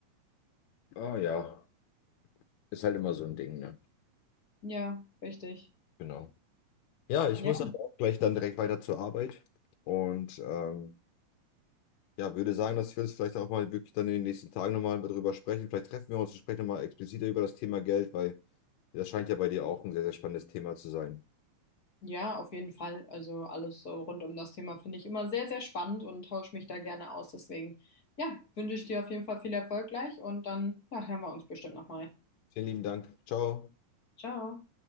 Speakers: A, on the left; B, on the left.
A: oh ja, ist halt immer so ein Ding, ne?
B: Ja, richtig.
A: Genau. Ja, ich
B: Ja.
A: muss aber auch gleich dann direkt weiter zur Arbeit. Und ähm, ja, würde sagen, dass wir uns vielleicht auch mal wirklich dann in den nächsten Tagen nochmal darüber sprechen. Vielleicht treffen wir uns und sprechen nochmal expliziter über das Thema Geld, weil das scheint ja bei dir auch ein sehr, sehr spannendes Thema zu sein.
B: Ja, auf jeden Fall. Also alles so rund um das Thema finde ich immer sehr, sehr spannend und tausche mich da gerne aus. Deswegen, ja, wünsche ich dir auf jeden Fall viel Erfolg gleich und dann, ja, hören wir uns bestimmt nochmal.
A: Vielen lieben Dank. Ciao.
B: Ciao.